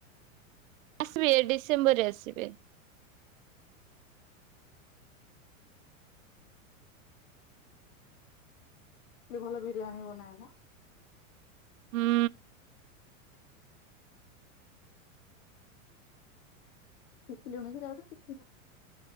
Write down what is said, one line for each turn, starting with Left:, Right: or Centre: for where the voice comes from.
Right: ଆସିବେ ଡିସେମ୍ବର ରେ ଆସିବେ।
Left: ଏ ଭଲ ବିରିୟାନୀ ବନାଏ ନା।
Right: ହୁଁ।
Left: ଶିଖିଲଣି କି ତା ଠୁ ଶିଖିନ।